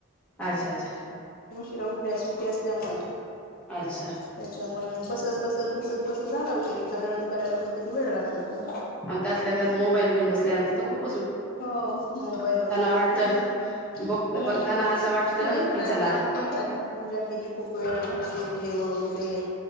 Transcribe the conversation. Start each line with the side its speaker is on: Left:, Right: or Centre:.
Centre: अच्छा अच्छा.
Left: त उठल्या सुट्टी अस ल्यामुळ
Centre: अच्छा
Left: त्याच्यामुळे मग बसत बसत बसत बसत झाला उशीर एकदा दळण करायला बसलं की वेळ लागला पुन्हा
Centre: आणि त्यातल्या त्यात मोबाईल घेऊन बसल्यानंतर त खूप
Left: हो मोबाईल वर लावून
Centre: वाटत
Left: ठेवून हम्म
Centre: बघ बघताना असं वाटतं
Left: नाही पण
Centre: की
Left: आज
Centre: चला
Left: काम पण झाली न पूजा केली खूप वेळ घासवून देव वगैरे ते.